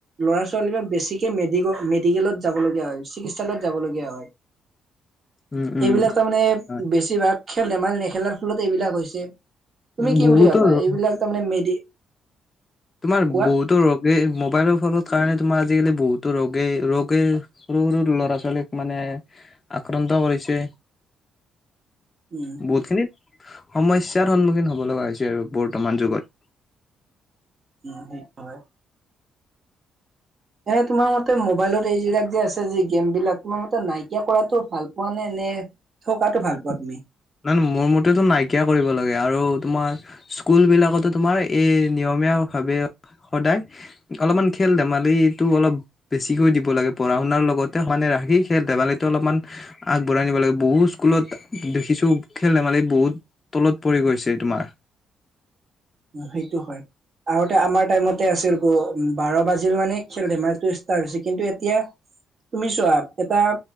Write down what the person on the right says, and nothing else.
ল'ৰা ছোৱালী বা বেছিকে মেডিকেল মেডিকেলত যাবলগীয়া হয়, চিকিৎসালয়ত যাবলগীয়া হয়।
এইবিলাক তাৰমানে
বেছিভাগ খেল-ধেমালি নেখেলাৰ ফলত এইবিলাক হৈছে তুমি
কি
বুলি ভাবা
এইবিলাক তাৰমানে মেডি
কোৱা
উম
উম সেই হয়। এ তোমাৰ মতে মোবাইলত এইবিলাক যে আছে যে গেমবিলাক তোমাৰ মতে নাইকিয়া কৰাতো ভাল পোৱা নে নে থকটো ভাল পোৱা তুমি
সেইটো হয় আগতে আমাৰ টাইমতে আছিল গ বাৰ বাজিল মানে খেল ধেমালি ষ্টাৰট হৈছে কিন্তু এতিয়া তুমি চোৱা এটা